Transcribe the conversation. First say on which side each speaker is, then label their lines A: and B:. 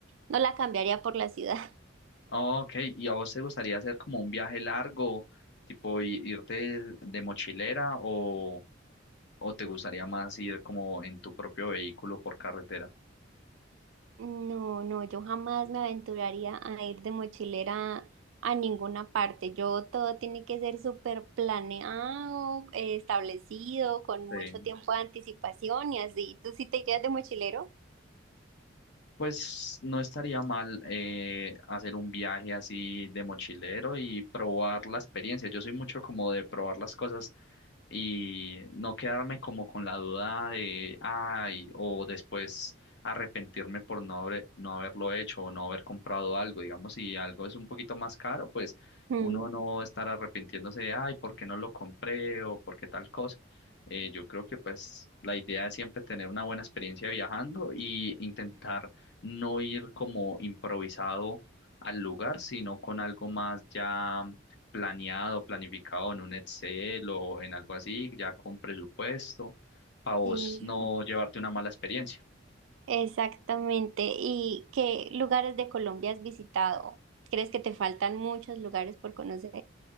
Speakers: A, on the right; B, on the left.
A: no la cambiaría por la ciudad. <laughs>
B: Ah, Ok, ¿y a vos te gustaría hacer como un viaje largo, tipo i- irte de mochilera o, o te gustaría más ir como en tu propio vehículo por carretera?
A: No, no, yo jamás me aventuraría a ir de mochilera a ninguna parte. Yo todo tiene que ser súper planeado, eh, establecido, con mucho
B: Sí.
A: tiempo de anticipación y así. ¿Tú sí te irías de mochilero?
B: Pues no estaría mal eh, hacer un viaje así de mochilero y probar la experiencia. Yo soy mucho como de probar las cosas y no quedarme como con la duda de, ay, o después arrepentirme por no haber- no haberlo hecho o no haber comprado algo. Digamos, si algo es un poquito más caro, pues
A: Mm,
B: uno no estar arrepintiéndose de, ay, ¿por qué no lo compré o por qué tal cosa? Eh, yo creo que pues la idea es siempre tener una buena experiencia viajando y intentar no ir como improvisado al lugar, sino con algo más ya planeado, planificado en un Excel o en algo así, ya con presupuesto, para vos
A: sí.
B: no llevarte una mala experiencia.
A: Exactamente. ¿Y qué lugares de Colombia has visitado? ¿Crees que te faltan muchos lugares por conocer?